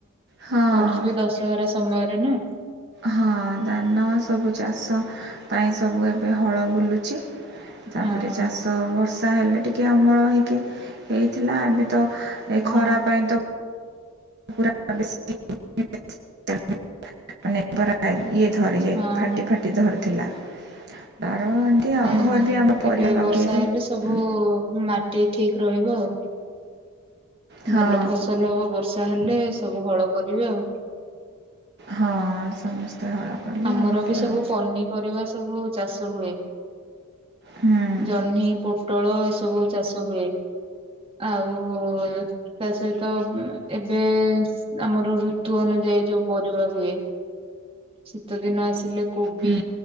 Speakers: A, on the right; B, on the right.
A: ହଁ
B: କରୁଥିବେ ଦଶହରା ସମୟରେ ନା।
A: ହଁ ଧାନ ସବୁ ଚାଷ ପାଇଁ ସବୁ ଏବେ ହଳ ବୁଲୁଚି। ତାପରେ
B: ହଁ ହଁ
A: ଚାଷ ବର୍ଷା ହେଲେ ଟିକେ ଅମଳ ହେଇକି ହେଇଥିଲା ଏବେ ତ ଏ
B: ହଁ
A: ଖରା ପାଇଁ ତ <unintelligible> ଧରିଯାଇ
B: ହଁ
A: ଫାଟି
B: ହଁ।
A: ଫାଟି ଧରିଥିଲା ତାର ଆଉ
B: ହୁଁ
A: ଘର
B: ହୁଁ
A: ବି ଆମ ପରିବା
B: ଏବେ
A: ଲଗେଇଛୁ
B: ବର୍ଷା ହେଲେ ସବୁ
A: ଉଁ,
B: ମାଟି ଠିକ ରହିବ ଆଉ।
A: ହଁ
B: ଭଲ ଫସଲ ହବ ବର୍ଷା ହେଲେ ସବୁ ହଳ କରିବେ ଆଉ।
A: ହଁ ସମସ୍ତେ ହଳ କଲେ
B: ଆମର
A: ଏମିତି
B: ବି ସବୁ
A: ଆଉ
B: ପନିପରିବା ସବୁ ଚାଷ ହୁଏ।
A: ହୁଁ।
B: ଜହ୍ନି ପୋଟଳ ଏସବୁ ଚାଷ ହୁଏ ଆଉ ଏ ତା ସହିତ ଏବେ ଆମର ଋତୁ ଅନୁଯାୟୀ ଯୋଉ ପରିବା ହୁଏ। ଶୀତ ଦିନ ଆସିଲେ କୋବି
A: ହୁଁ